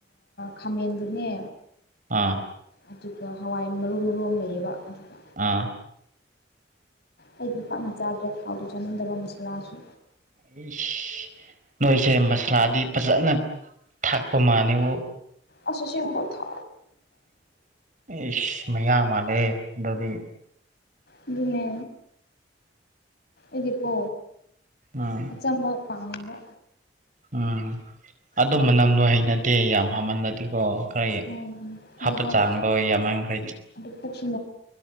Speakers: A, on the left (about 60°); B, on the right (about 45°).
A: ꯈꯥꯃꯦꯟꯗꯨꯅꯦ
B: ꯑꯥ
A: ꯑꯗꯨꯒ ꯍꯋꯥꯏ ꯃꯔꯨ ꯃꯔꯨ ꯑꯃ ꯂꯩꯌꯦꯕ ꯑꯗꯨꯒ
B: ꯑꯥ
A: ꯑꯩꯗꯤ ꯄꯥꯛꯥꯛꯅ ꯆꯥꯕꯗ ꯊꯥꯎꯗꯨ ꯆꯥꯅꯤꯡꯗꯕ ꯃꯁꯥꯂꯥꯁꯨ
B: ꯅꯁ ꯅꯣꯏꯁꯦ ꯃꯁꯂꯥꯗꯤ ꯐꯖꯅ ꯊꯥꯛꯄ ꯃꯥꯜꯂꯦꯕꯨ
A: ꯑꯁ ꯑꯁꯦꯡꯕ ꯊ
B: ꯏꯁ ꯃꯌꯥꯡ ꯃꯥꯜꯂꯦ ꯑꯗꯨꯗꯤ
A: ꯑꯗꯨꯅꯦ ꯏꯗꯤꯀꯣ
B: ꯎꯝ
A: ꯑꯆꯝꯕ ꯄꯥꯝꯕ
B: ꯎꯝ ꯑꯗꯨ
A: ꯎꯝ
B: ꯃꯅꯝꯗꯣ ꯍꯩꯅꯗꯦ ꯌꯥꯝ ꯍꯥꯃꯜꯂꯗꯤꯀꯣ ꯈꯔ
A: ꯎꯝ ꯍꯣꯏ
B: ꯍꯥꯞꯄ
A: ꯍꯣꯏ
B: ꯆꯥꯡꯕ ꯌꯥꯝꯃꯟꯈ꯭ꯔꯩꯥ
A: ꯑꯗꯨ ꯄꯨꯛꯁꯨ